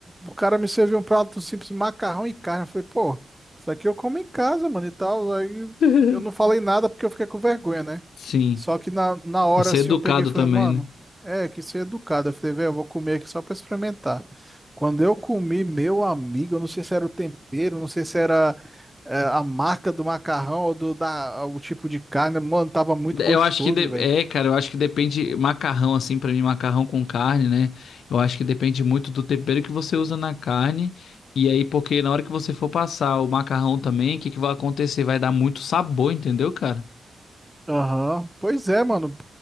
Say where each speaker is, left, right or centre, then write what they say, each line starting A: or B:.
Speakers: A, in the centre; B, on the left.
A: o cara me serviu um prato simples, macarrão e carne, eu falei, pô, isso aqui eu como em casa, mano, e tal, aí
B: <laughs>
A: eu não falei nada porque eu fiquei com vergonha, né?
B: Sim.
A: Só que na, na hora,
B: Pra ser
A: assim,
B: educado
A: eu peguei e falei,
B: também,
A: mano,
B: né?
A: é, que ser educado, eu falei, velho, eu vou comer aqui só pra experimentar. Quando eu comi, meu amigo, eu não sei se era o tempero, não sei se era é, a marca do macarrão ou do, da, o tipo de carne, mano, tava muito
B: Eu
A: gostoso,
B: acho que de-
A: velho.
B: é, cara, eu acho que depende macarrão assim, pra mim macarrão com carne, né? Eu acho que depende muito do tempero que você usa na carne. E aí, porque na hora que você for passar o macarrão também, o que que vai acontecer? Vai dar muito sabor, entendeu, cara?
A: Aham. Pois é, mano.